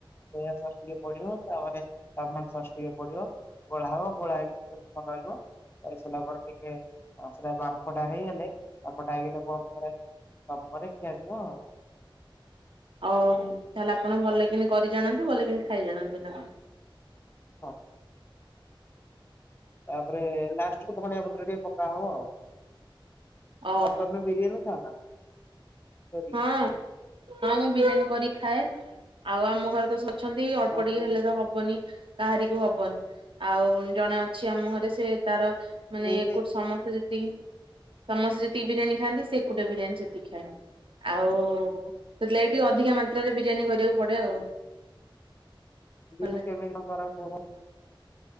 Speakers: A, on the left; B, on the right.
A: ସୋୟା ସସ୍ ଟିକେ ପଡିବ ତାପରେ ଟମାଟ ସସ୍ ଟିକେ ପଡିବ। ଗୋଳା ହବ ଗୋଳା ହେଇକି କେତେ ସମୟ ରହିବ। ପାଇସାରିଲା ପରେ ଟିକେ ସେଟା ବାମ୍ଫଟା ହେଇଗଲେ <unintelligible> ହେଇଗଲେ ବନ୍ଦ କରାଯିବ ତପରେ ଖିଆ ଯିବ ଆଉ।
B: ଆଉ ତାହେଲେ ଆପଣ ଭଲ କିିନି କରିଜାଣନ୍ତି ଭଲ କିନି ଖାଇ ଜାଣନ୍ତି ନା କଣ?
A: ହଁ। ତାପରେ ଲାଷ୍ଟ କୁ ଧନିଆପତ୍ର ଟିକେ ପକା ହବ ଆଉ।
B: ଓହୋ।
A: ଆଉ ତମେ ବିରିୟାନୀ ଖାଅ ନା? କରି
B: ହଁ ହଁ ମୁଁ ବିରିୟାନୀ କରିକି ଖାଏ ଆଉ ଆମ ଘରେ ତ ସବୁ ଅଛନ୍ତି ଅଳ୍ପ
A: ହଁ
B: ଟିକେ
A: ତମେ
B: ହେଲେ ତ ହବନି। କାହାରିକୁ ହବନି ଆଉ ଜଣେ ଅଛି ଆମ ଘରେ ସେ ତାର ମାନେ
A: ସେଇବେ
B: ଏକୁ ସମସ୍ତେ ଯେ ତିକି ସମସ୍ତେ ଯେତିକି ବିରିୟାନୀ ଖାଆନ୍ତି ସେ ଏକୁଟିଆ ବିରିୟାନୀ ସେତିକି ଖାଏ। ଆଉ ସେଥିଲାଗି ଟିକେ ଅଧିକା ମାତ୍ରାରେ ବିରିୟାନୀ କରିବାକୁ ପଡେ ଆଉ।
A: ମୁଁ କହିଲି
B: କଲେ
A: କେମିତି କଣ କର? କୁହ?